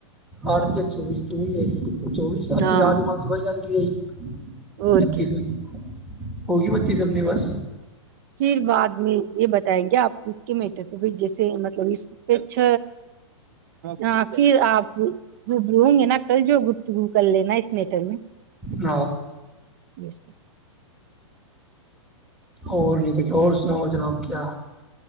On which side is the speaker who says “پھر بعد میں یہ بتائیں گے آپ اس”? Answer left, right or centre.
Right